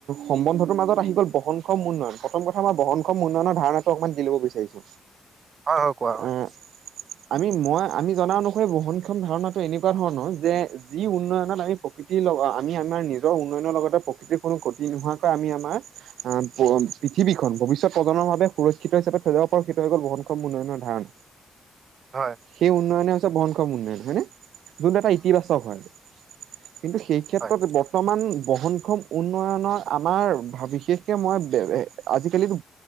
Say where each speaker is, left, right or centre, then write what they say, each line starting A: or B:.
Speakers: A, on the right (about 85°); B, on the right (about 55°).
A: সম্বন্ধটোৰ মাজত আহি গ'ল বহনক্ষম উন্নয়ন প্ৰথম কথা মই বহনক্ষম উন্নয়নৰ ধাৰণাটো অকমান দি লব বিচাৰিছো
B: হয় হয় কোৱা হয়
A: আহ আমি মই আমি জনা অনুসৰি বহুনক্ষম ধাৰণাটো এনেকোৱা ধৰণৰ যে যি উন্নয়নত আমি প্ৰকৃতিৰ লগত আমি আমাৰ নিজৰ উন্নয়নৰ লগতে প্ৰকৃতিৰ কোনো গতি নোহোৱাকৈ আমি আমাৰ এ অ পৃথিৱী খন ভৱিষ্যত প্ৰজন্মৰ বাবে সুৰক্ষিত হিচাপে থৈ যাব পাৰো সেইটো হৈ গল বহনক্ষম উন্নয়নৰ ধাৰণা
B: হয়,
A: সেই উন্নয়নে হৈছে বনক্ষম উন্নয়ন হয়নে যোনটো এটা ইতিবাচক হয় কিন্তু সেই ক্ষেত্ৰত
B: হয়,
A: বৰ্তমান বহনক্ষম উন্নয়নৰ আমাৰ বিশেষকৈ মই আজিকালিতো